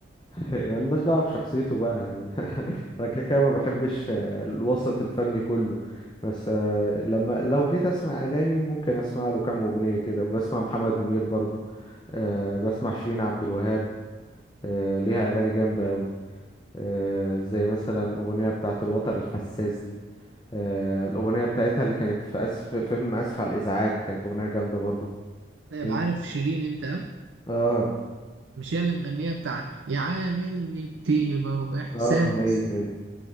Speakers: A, on the left; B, on the right.
A: ملناش دعوة بشخصيته بقى <laughs> أنا كده كده ما بحبش آه، الوسط الفني كله بس آه، لما لو جيت أسمع أغاني ممكن أسمع له كام أغنية كده بسمع محمد منير برضو آه، بسمع شيرين عبد الوهاب آه، ليها أغاني جامدة أوي آه، زي مثلا أغنية بتاعة الوتر الحساس دي آه، الأغنية بتاعتها اللي كانت في أسف في فيلم أسف على الإزعاج كانت أغنية جامدة برضو
B: طيب
A: إن-
B: عارف شيرين أنت ها؟
A: اه
B: مش هي اللي مغنية بتاع يعاملني بطيبة وإحساس
A: اه هي هي